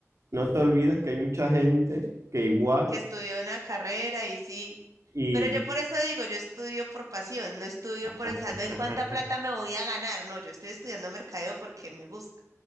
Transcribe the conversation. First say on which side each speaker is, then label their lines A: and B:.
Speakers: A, on the right (about 65°); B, on the right (about 85°).
A: no te olvides que hay mucha gente que igual
B: que estudió una carrera y sí.
A: y...
B: Pero yo por eso digo, yo estudio por pasión, no estudio por
A: <laughs>
B: pensando en cuánta plata me voy a ganar. No, yo estoy estudiando mercadeo porque me gusta.